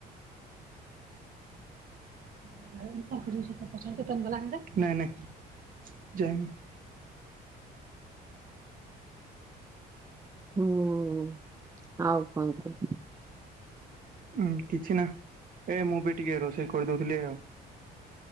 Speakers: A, on the right; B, on the right.
A: <unintelligible> ନାଇଁ ନାଇଁ ଯାଇନି।
B: ହୁଁ ଆଉ କଣ କୁ
A: ଉଁ କିଛି ନା ଏ ମୁଁ ବି ଟିକେ ରୋଷେଇ କରିଦଉଥିଲି ଆଉ।